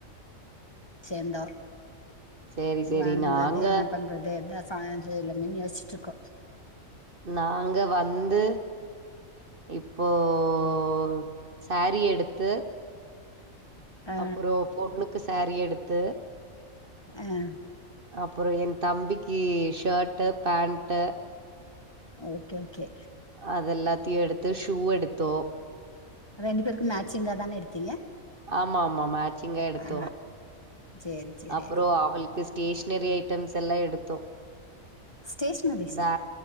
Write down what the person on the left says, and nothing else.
சேந்தோ
வந்தது
என்ன பண் றது அதா சாஞ்சேல்லமென் யோஸ்ச்சிட்டுருக்கோ
ஆ
ம்
ஓகே ஓகே
ரெண்டு பேருக்கு மேட்சிங்கா தானே எடுத்தீங்க
ஆ சேரி சேரி
ஸ்டேஷ்னரிஷா